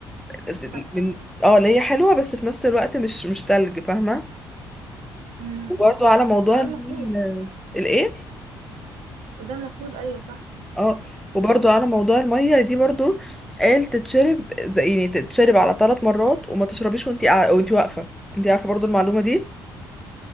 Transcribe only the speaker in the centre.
ز-
من اه اللي هي حلوه بس في نفس الوقت مش مش تلج فاهمه
وبرضو على موضوع
ال-
الايه
اه وبرضو على موضوع الميه دي برضو قال تتشرب زي يعني تتشرب على ثلاث مرات وما تشربيش وانت قاع- وانت واقفه انت عارفه برضو المعلومه دي